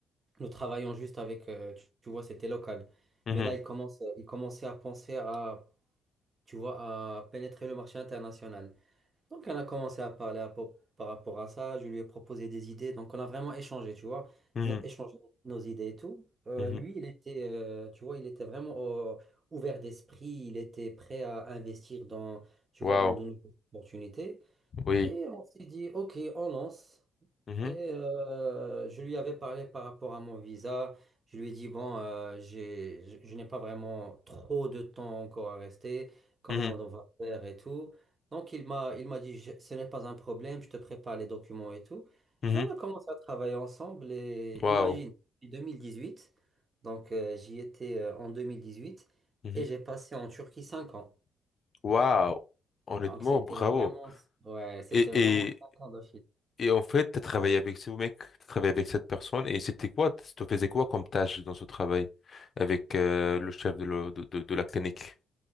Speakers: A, on the right; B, on the left.
A: nous travaillons juste avec, euh, tu, tu vois, c'était local.
B: Mhm.
A: Mais là, il commence, il commençait à penser à, tu vois, à pénétrer le marché international. Donc, on a commencé à parler à po- par rapport à ça. Je lui ai proposé des idées. Donc, on a vraiment échangé, tu vois,
B: Mhm.
A: né- échangé nos idées et tout. Euh,
B: Mhm.
A: lui, il était, euh, tu vois, il était vraiment euh, ouvert d'esprit. Il était prêt à investir dans, tu vois,
B: Waouh.
A: dans de nouvelles opportunités.
B: Oui.
A: Et on s'est dit, OK, on lance.
B: Mhm.
A: Et euh, je lui avais parlé par rapport à mon visa. Je lui ai dit, bon, euh, j'ai, je, je n'ai pas vraiment trop de temps encore à rester. Comment
B: Mhm.
A: on va faire et tout. Donc, il m'a, il m'a dit, Je- ce n'est pas un problème, je te prépare les documents et tout.
B: Mhm.
A: Et on a commencé à travailler ensemble. Et
B: Waouh.
A: imagine, depuis 2018, donc euh, j'y étais euh, en 2018
B: Mhm.
A: et j'ai passé en Turquie 5 ans.
B: Waouh. Honnêtement,
A: Donc, c'était
B: bravo.
A: vraiment, ouais, c'était
B: Et,
A: vraiment
B: et,
A: 5 ans de
B: et en fait, tu as travaillé avec ce mec, tu travaillé avec cette personne, et c'était quoi? Tu te faisais quoi comme tâche dans ce travail avec euh, le chef de, le- de, de, de la clinique?